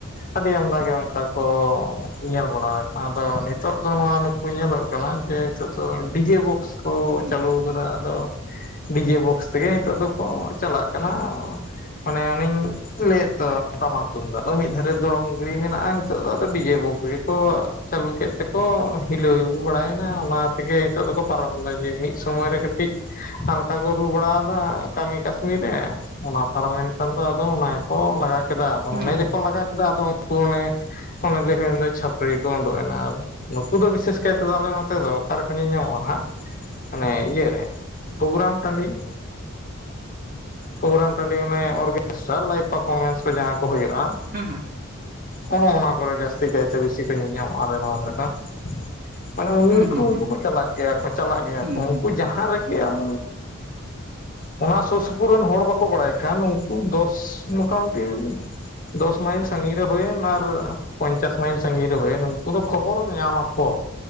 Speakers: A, on the left (about 40°); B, on the right (about 45°).
A: ᱟᱹᱰᱤ ᱟᱢᱫᱟᱜᱮ ᱚᱱᱠᱟ ᱠᱚ ᱧᱮᱞ ᱵᱟᱲᱟ ᱠᱟᱱᱟ ᱟᱫᱚ ᱱᱤᱛᱟᱹᱜ ᱫᱚ ᱱᱚᱣᱟ ᱱᱩᱠ ᱠᱚ ᱧᱮᱞᱚᱜ ᱠᱟᱱᱟ ᱡᱮ ᱱᱤᱛᱟᱹᱜ ᱫᱚ ᱰᱤᱡᱮ ᱵᱚᱠᱥ ᱠᱚ
B: ᱦᱩᱸ
A: ᱪᱟᱹᱞᱩᱣ ᱠᱟᱫᱟ ᱟᱫᱚ ᱰᱤᱡᱮ ᱵᱚᱠᱥ ᱛᱮᱜᱮ ᱱᱤᱛᱟᱹᱜ ᱫᱚᱠᱚ ᱪᱟᱞᱟᱜ ᱠᱟᱱᱟ᱾ ᱢᱟᱱᱮ ᱚᱱᱮᱧ ᱞᱟᱹᱭᱮᱫ ᱫᱚ ᱴᱟᱢᱟᱠ ᱛᱩᱢᱫᱟᱜ ᱫᱚ ᱢᱤᱫ ᱫᱷᱟᱨᱮ ᱫᱚᱲᱚᱢ ᱜᱩᱰᱤ ᱢᱮᱱᱟᱜᱼᱟᱱ᱾ ᱱᱤᱛᱟᱹᱜ ᱫᱚ ᱟᱫᱚ ᱰᱤᱡᱮ ᱵᱚᱠᱥ ᱜᱮᱠᱚ ᱪᱟᱹᱞᱩ ᱠᱮᱫ ᱛᱮᱠᱚ ᱦᱤᱞᱟᱹᱣ ᱵᱟᱲᱟᱭᱱᱟᱭᱮᱱᱟ ᱚᱱᱟ ᱛᱮᱜᱮ ᱱᱤᱛᱟᱹᱜ ᱫᱚᱠᱚ ᱯᱟᱨᱚᱢ ᱫᱟ ᱡᱮ ᱢᱤᱫ ᱥᱳᱢᱚᱭ ᱨᱮ ᱠᱟᱹᱴᱤᱡ ᱦᱟᱞᱠᱟ ᱠᱚ ᱨᱩ ᱵᱟᱲᱟᱣᱟᱫᱟ ᱠᱟᱹᱢᱤ ᱠᱟᱹᱥᱱᱤ ᱨᱮ ᱚᱱᱟ ᱯᱟᱨᱚᱢᱮᱱ ᱠᱷᱟᱱ ᱫᱚ ᱟᱫᱚ ᱚᱱᱟ ᱜᱮᱠᱚ ᱞᱟᱜᱟ ᱠᱮᱫᱟ᱾ ᱟᱫᱚ ᱚᱱᱮ
B: ᱦᱩᱸ ᱦᱩᱸ
A: ᱡᱮᱠᱚ ᱞᱟᱜᱟ ᱠᱮᱫᱟ ᱟᱫᱚ ᱩᱱᱠᱩ ᱚᱱᱮ ᱚᱱᱮ ᱞᱟᱹᱭ ᱦᱩᱭᱮᱱ ᱫᱚ ᱪᱷᱟᱹᱯᱨᱤ ᱠᱚ ᱩᱰᱩᱜ ᱮᱱᱟ ᱟᱨ᱾ ᱱᱩᱠᱩ ᱫᱚ ᱵᱤᱥᱮᱥ ᱠᱟᱭᱛᱮᱫᱚ ᱟᱞᱮ ᱱᱚᱛᱮ ᱫᱚ ᱚᱠᱟᱨᱮᱠᱚ ᱧᱮᱧᱟᱢᱚᱜᱼᱟ ᱱᱟᱸᱦᱟᱜ᱾ ᱚᱱᱮ ᱤᱭᱟᱹᱨᱮ ᱯᱨᱳᱜᱨᱟᱢ ᱴᱟᱺᱰᱤ᱾ ᱯᱨᱳᱜᱨᱟᱢ ᱴᱟᱺᱰᱤ ᱚᱱᱮ ᱚᱨᱜᱮᱥᱴᱟᱨ ᱞᱟᱭᱤᱵᱷ ᱯᱟᱨᱯᱷᱚᱨᱢᱮᱱᱥ ᱡᱟᱦᱟᱸ ᱠᱚ ᱦᱩᱭᱩᱜᱼᱟ᱾
B: ᱦᱩᱸ
A: ᱚᱱᱮ ᱚᱱᱟ ᱠᱚᱨᱮ ᱡᱟᱹᱥᱛᱤ ᱠᱟᱭᱛᱮ ᱵᱮᱥᱤ ᱠᱚ ᱧᱮᱞᱧᱟᱢᱚᱜᱼᱟ ᱟᱞᱮ ᱱᱚᱣᱟ ᱫᱷᱟᱨᱮ ᱫᱚ᱾ ᱢᱟᱱᱮ ᱩᱱᱤᱝᱠᱩ
B: ᱦᱩᱸ ᱦᱩᱸ ᱦᱩᱸ
A: ᱩᱱᱠᱩ ᱠᱚ ᱪᱟᱞᱟᱜ ᱜᱮᱭᱟ ᱠᱚ, ᱪᱟᱞᱟᱜ ᱜᱮᱭᱟ
B: ᱦᱩᱸ
A: ᱠᱚ
B: ᱦᱩᱸ
A: ᱩᱱᱠᱩ
B: ᱦᱩᱸ
A: ᱡᱟᱦᱟᱸ ᱨᱮᱜᱮ ᱟᱢ ᱚᱱᱟ ᱥᱩᱨ ᱥᱩᱯᱩᱨ ᱨᱮᱱ ᱦᱚᱲ ᱵᱟᱠᱚ ᱵᱟᱲᱟᱭ ᱠᱷᱟᱱ ᱩᱱ ᱫᱚᱥ ᱢᱚᱴᱟ ᱢᱩᱴᱤ ᱫᱚᱥ ᱢᱟᱭᱤᱞ ᱥᱟᱜᱤᱧ ᱨᱮ ᱦᱩᱭᱮᱱ ᱟᱨ ᱯᱚᱧᱪᱟᱥ ᱢᱟᱭᱤᱞ ᱥᱟᱺᱜᱤᱧ ᱨᱮ ᱦᱩᱭᱮᱱ ᱩᱱᱠᱩ ᱫᱚ ᱠᱷᱚᱵᱚᱨ ᱧᱟᱢᱟᱠᱚ᱾